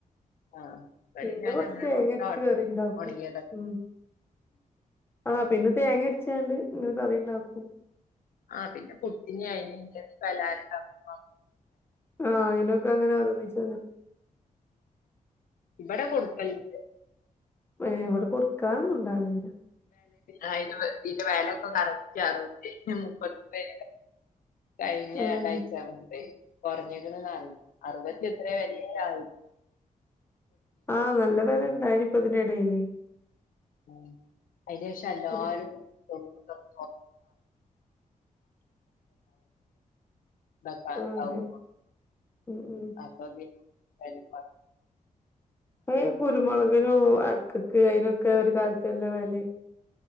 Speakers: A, on the left; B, on the left.
A: ആഹ് ഇവടിം
B: പിന്നെ
A: ഞാൻ
B: കൊറച്ച്
A: അങ്ങനെ
B: തേങ്ങ
A: കൊടുത്താട്ടും
B: അരച്ച് കറിണ്ടാക്കും
A: ഒണങ്ങിയതൊക്കെ
B: ഉ
A: <inaudible>
B: ആഹ പിന്നെ തേങ്ങ അരിച്ചണ്ട് ഇങ്ങനെ കറിണ്ടാക്കും.
A: ആഹ പിന്നെ പുട്ടിനെ അയി പിന്നെ സലാഡ് ഉണ്ടാക്കുമ്പോൾ
B: ആഹ ഇതിനൊക്കെ അങ്ങനെോ ഓരോ നിശ്ച
A: ഇവിടെ കൊടുകൽല്ണ്ട്.
B: എവിടെ കൊടുക്കാനൊന്നുണ്ടാവില്ലില്ല.
A: ആ ഇ ഇതിന്റെ വിലയൊക്കെ കറക്റ്റ്റിഞ്ഞട്ട് മുപ്പത്തൊപ്പയി. കഴിഞ്ഞ
B: ഉം
A: രണ്ടാഴ്ച് മുപ് കുറഞ്ഞിക്ക്ണ് അറുപത്തിയ എത്ര വല ആ
B: ആഹ നല്ല വില ഇണ്ടായിനിപ്പ ഇതി ഇടയില്.
A: ഉ അതി ശേഷം എല്ലരും
B: ഓഹ്
A: <unintelligible> <unintelligible> <unintelligible>
B: ആഹ് അതെ ഉം ഉം
A: അപ്പ പിന്നെ <unintelligible>
B: ഏ കുരുമുളകിനും അടക്കക്ക് അതിനൊക്കെ ഒരു കാലത്ത് നല്ല വില